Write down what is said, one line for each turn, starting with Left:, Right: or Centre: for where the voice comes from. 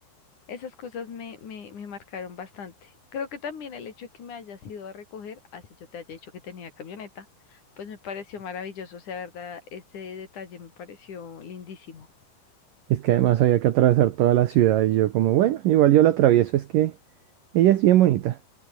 Left: Esas cosas me, me, me marcaron bastante. Creo que también el hecho de que me hayas ido a recoger, así yo te haya dicho que tenía camioneta, pues me pareció maravilloso. O sea, verdad, ese detalle me pareció lindísimo.
Right: Es que además había que atravesar toda la ciudad y yo como, bueno, igual yo la atravieso, es que ella es bien bonita.